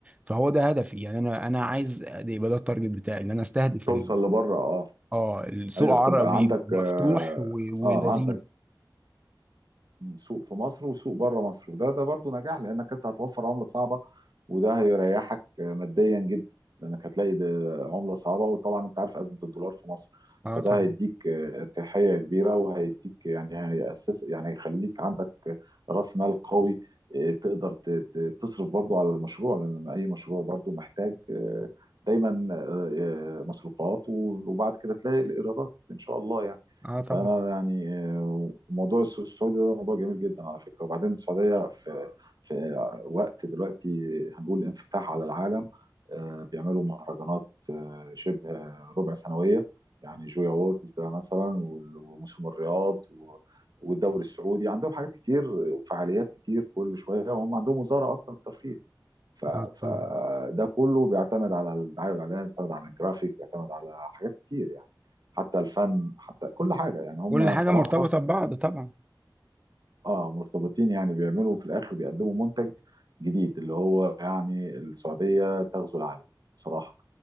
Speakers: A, on the right (about 15°); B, on the right (about 60°).
A: فهو ده هدفي يعني انا انا عايز ده يبقى ده التارجت بتاعي ان انا استهدف
B: توصل
A: ال-
B: لبره اه
A: اه السوق
B: ايوه
A: عربي
B: تبقى عندك
A: ومفتوح
B: اه
A: و-
B: آه،
A: ولذيذ
B: عندك سوق في مصر وسوق بره مصر وده ده برضو نجاح لانك انت هتوفر عمله صعبه وده هيريحك ماديا جدا لانك هتلاقي ده عمله صعبه وطبعا انت عارف ازمه الدولار في مصر
A: اه
B: فده
A: طبعا
B: هيديك آه، ارتياحيه كبيره وهيديك يعني هيأسس يعني هيخليك عندك راس مال قوي آه، تقدر ت- ت- تصرف برضو على المشروع لان اي مشروع برضو محتاج آه، دايما آه، آه، مصروفات وبعد كده تلاقي الايرادات ان شاء الله يعني
A: اه طبعا
B: فانا يعني آه، موضوع السوق السعودي ده موضوع جميل جدا على فكره وبعدين السعوديه في في وقت دلوقتي هنقول انفتاح على العالم آه، بيعملوا مهرجانات آه، شبه ربع سنويه يعني جويا ووردز ده مثلا وال- وموسم الرياض و- والدوري السعودي عندهم حاجات كتير وفعاليات كتير كل شويه وهم عندهم وزاره اصلا الترفيه
A: اه
B: فده
A: طبعا
B: كله بيعتمد على الدعايه والاعلان بيعتمد على الجرافيك بيعتمد على حاجات كتير يعني حتى الفن حتى كل حاجه يعني هم
A: كل حاجه
B: بصراحه
A: مرتبطه ببعض طبعا
B: اه مرتبطين يعني بيعملوا في الاخر بيقدموا منتج جديد اللي هو يعني السعوديه تغزو العالم بصراحه